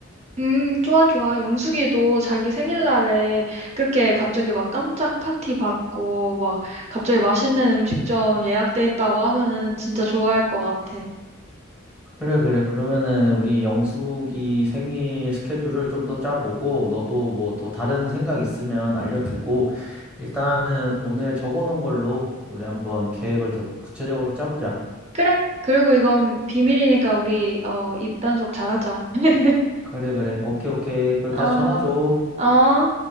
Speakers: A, on the right; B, in the centre.
A: 음, 좋아, 좋아. 영숙이도 자기 생일날에 그렇게 갑자기 막 깜짝 파티 받고, 막 갑자기 맛있는 음식점 예약돼 있다고 하면은 진짜 좋아할 것 같아.
B: 그래, 그래. 그러면은 우리 영숙이 생일 스케줄을 좀 더 짜보고, 너도 뭐 더 다른 생각 있으면 알려주고, 일단은 오늘 적어놓은 걸로 우리 한번 계획을 더 구체적으로 짜보자.
A: 그래. 그리고 이건 비밀이니까 우리, 어, 입단속 잘하자. <laughs>
B: 그래, 그래. 오케이, 오케이. 그
A: 아,
B: 다시 전화 줘.
A: 아.